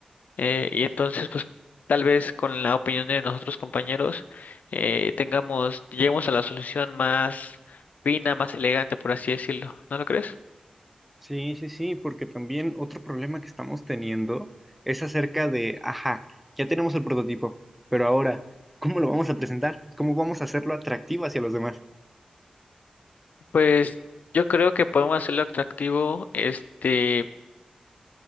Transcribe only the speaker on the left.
Eh, y entonces, pues tal vez con la opinión de nosotros compañeros eh, tengamos, lleguemos a la solución más fina, más elegante, por así decirlo. ¿No lo crees?
Pues yo creo que podemos hacerlo atractivo, este,